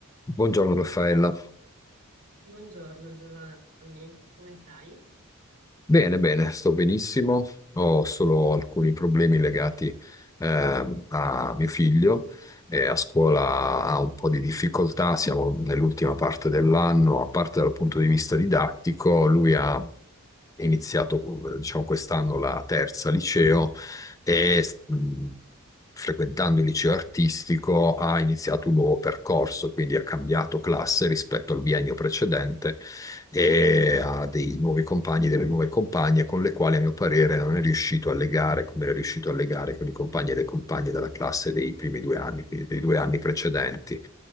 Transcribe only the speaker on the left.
Buongiorno Raffaella.
Bene, bene, sto benissimo. Ho solo alcuni problemi legati ehm, a mio figlio. eh, a scuola ha un po' di difficoltà, siamo nell'ultima parte dell'anno, a parte dal punto di vista didattico, lui ha iniziato, eh, diciamo, quest'anno la terza liceo e mh, frequentando il liceo artistico ha iniziato un nuovo percorso, quindi ha cambiato classe rispetto al biennio precedente e ha dei nuovi compagni, delle nuove compagne con le quali a mio parere non è riuscito a legare come era riuscito a legare con i compagni e le compagne della classe dei primi due anni, quindi dei due anni precedenti.